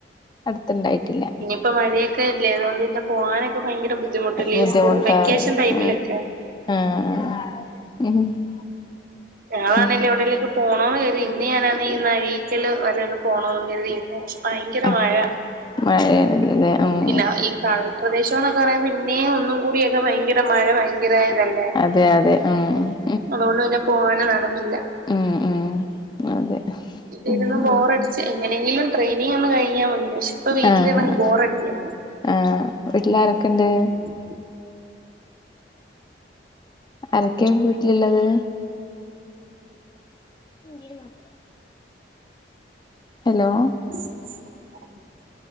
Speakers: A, on the left (about 25°); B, on the right (about 55°).
A: അട്ത്ത്ണ്ടായിട്ടില്ല.
B: ഇപ്പൊ മഴൊക്കെല്ലേ അതുകൊണ്ട് പിന്നെ പോകാനൊക്കെ ഭയങ്കര ബുദ്ധിമുട്ടല്ലേ
A: ബുദ്ധിമുട്ടാറ്
B: സ്‌കൂ വെക്കേഷൻ ടൈമിലെക്കെ
A: ഉം ആഹ് ആഹ് ഉം
B: ഞങ്ങളാണല്ലേ
A: ഉം
B: എവിടേലൊക്കെ പോണോന്ന് കർതി ഇന്ന് ഞാനാ <unintelligible> പോണോ കർതി ഇന്ന് ഭയങ്കര
A: ആഹ്
B: മഴ
A: മഴയാണല്ലല്ലേ ഉം
B: പിന്നെ ഈ കാൽ പ്രദേശം എന്നൊക്കെ പറയുമ്പോ പിന്നെയും ഒന്നും കൂടിയൊക്കെ ഭയങ്കര മഴ ഭയങ്കരതല്ലേ
A: അതെ അതെ ഉം ഉം
B: അതുകൊണ്ട് പിന്നെ പോവാന് നടന്നില്ല
A: ഉം ഉം അതെ ഉം
B: ഇരുന്ന് ബോറടി
A: ഉം
B: എങ്ങനെങ്കിലും ട്രെനിങ് ഒന്ന് കഴിഞ്ഞാൽ മതി പക്ഷെ ഇപ്പോ വീട്ടിലി
A: ആഹ്
B: ബോർടിയാ
A: ആഹ് വീട്ടിലാരൊക്കെ ഉണ്ട്
B: <inaudible>
A: ആരൊക്കെ വീട്ടിലുള്ളത് ഗീരു മാത്തില്ല ഹലോ
B: ഉം <unintelligible>